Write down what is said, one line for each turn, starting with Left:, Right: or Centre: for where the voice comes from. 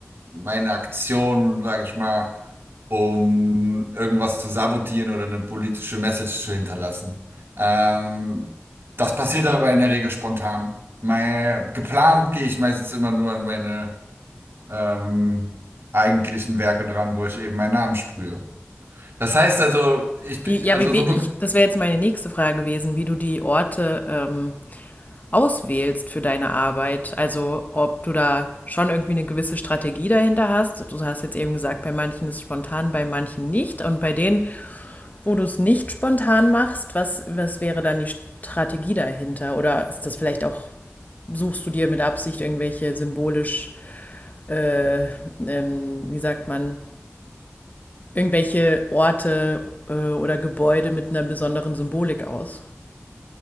Right: meine Aktion, sage ich mal, um irgendwas zu sabotieren oder eine politische Message zu hinterlassen. Ähm, das passiert aber in der Regel spontan. Mein, geplant gehe ich meistens immer nur an meine ähm, eigentlichen Werke dran, wo ich eben meinen Namen sprühe. Das heißt also, ich,
Left: Wie,
Right: bin-
Left: ja,
Right: also
Left: wie, we-
Right: so,
Left: ich, das wäre jetzt meine nächste Frage gewesen, wie du die Orte ähm, auswählst für deine Arbeit. Also ob du da schon irgendwie eine gewisse Strategie dahinter hast. Du hast jetzt eben gesagt, bei manchen ist es spontan, bei manchen nicht. Und bei denen, wo du es nicht spontan machst, was, was wäre dann die Strategie dahinter? Oder ist das vielleicht auch, suchst du dir mit Absicht irgendwelche symbolisch, äh, ähm, wie sagt man, irgendwelche Orte äh, oder Gebäude mit einer besonderen Symbolik aus?